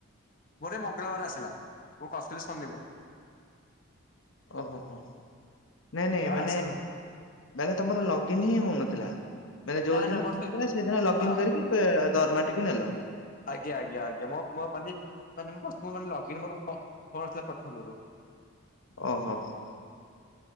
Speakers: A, on the left (about 40°); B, on the left (about 65°).
A: ପରେ ମଙ୍ଗଳବାର ଆସିଲା ମୁଁ କଥିଲି ଶନିବାର।
B: ଓହୋ ହୋ ନାଇଁ ନାଇଁ
A: ତମର
B: ମାନେ
A: ଆସିବ
B: ମାନେ ତମର ଲଗଇନ ହିଁ ହଉନଥିଲା ମାନେ ଯୋଉ
A: ନା
B: ଦିନ
A: ନା ମୋର
B: ଆସଥିଲା
A: ସେ
B: ସେଇଦିନ ଲଗ
A: ହଁ
B: ଇନ କରିକି <unintelligible> ଦରମାଟିକୁୁ ନେଲ।
A: ଆଜ୍ଞା ଆଜ୍ଞା ଆଜ୍ଞା ମ ମୋ ମାନେ ମାନେ ମୋର ଲଗଇନ୍ ମୋର ହୋଉନଥିଲା ଥିଲା ପ୍ରଥମରୁ।
B: ଓହୋ ହୋ।